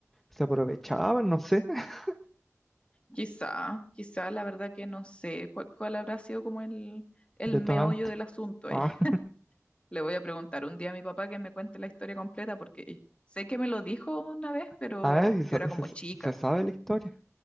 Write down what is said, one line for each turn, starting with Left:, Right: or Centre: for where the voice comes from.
Centre: se aprovechaban? No sé. <laughs>
Left: quizá, quizá la verdad que no sé cuál, cuál habrá sido como el, el
Centre: Detonante.
Left: meollo del asunto ahí.
Centre: Ah,
Left: Le voy a preguntar un día a mi papá que me cuente la historia completa porque sé que me lo dijo una vez,
Centre: <laughs>
Left: pero
Centre: ah, y
Left: yo
Centre: sa-
Left: era como
Centre: se,
Left: chica.
Centre: se sabe la historia.